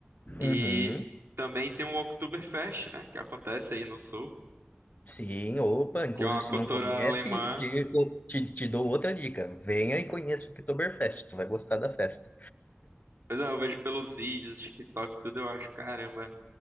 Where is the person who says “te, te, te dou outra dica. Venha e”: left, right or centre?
Left